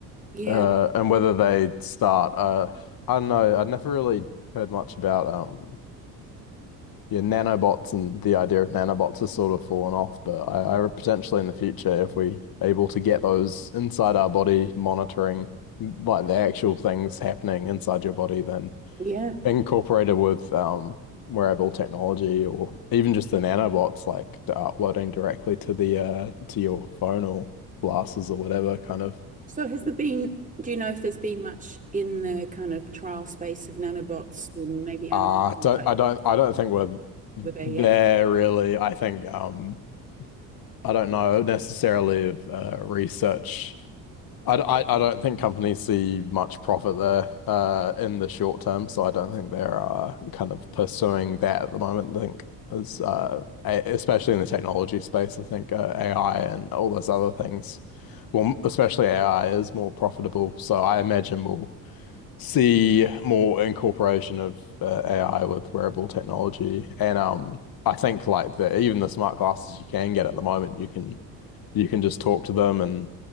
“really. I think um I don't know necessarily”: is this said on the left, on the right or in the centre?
Left